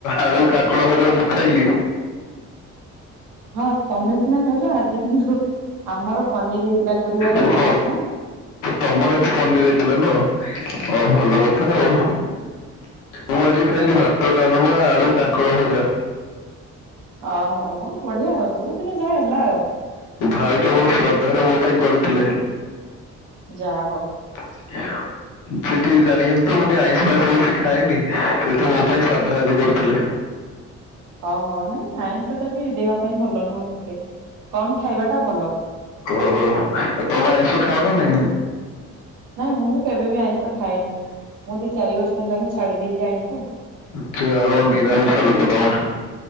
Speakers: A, on the left; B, on the right.
A: ଆଳୁ କାଙ୍କଡ ଭଜା ମୁଁ ଖାଇଲି।
B: <unintelligible> ତମେ ସିନା ଖାଇଲ, ଆଜି କିନ୍ତୁ ଆମର ପନିର ହେଇଥିଲା ଗୁରୁବାରେ
A: ଓହୋ।
B: ନା ସାଧା।
A: ତମର ଆଜି ପନିର ହେଇଥିଲା ନୁହଁ।
B: ହଁ
A: ହଉ ଭଲକ <unintelligible> ମୁଁ ଆଜି ଖାଇଲି
B: ହଉ
A: ଭାତ, ଡାଲମା, ଆଳୁ କାଙ୍କଡଭଜା।
B: ଓହୋ, ହଉ ବଢିଆ ଆଉ। ଯୋଉଦିନ ଯାହାହେଲା ଆଉ।
A: ଭାଉଜ ମୋର ଶ୍ରଦ୍ଧାରେ ମୋ ପାଇଁ କରିଥିଲେ।
B: ଯା ହଉ।
A: ସେ ଟିକେ ଜାଣିଗଲେଣି ତ ମୁଁ ଟିକେ ଆଇଁଷ ପାଇଁଷ ବେଶୀ ଖାଏନି। <unintelligible> ମୋ ପାଇଁ ସାଧା ଆଜି କରିଥିଲେ।
B: ଓହୋ। ନାଇଁ ଆଇଁଷ ଟାବି ଦେହ ପାଇଁ ଭଲ ନୁହଁ ସେତେ। କମ୍ ଖାଇବାଟା ଭଲ।
A: ଓହୋ। ତମେ ଆଇଁଷ ଖାଅ ନା ନାଇଁ?
B: ନାଇଁ ମୁଁ କେବେବି ଆଇଁଷ ଖାଏନି। ମୁଁ ଦି ଚାରି ବର୍ଷ ହେଲାଣି ଛାଡି ଦେଇଚି ଆଇଁଷ।
A: ଆଚ୍ଛା ହଉ
B: ଆଇଁଷ
A: ନିରାମିଷ
B: ଟା
A: ଲୋକ
B: ଭଲ
A: ତମେ।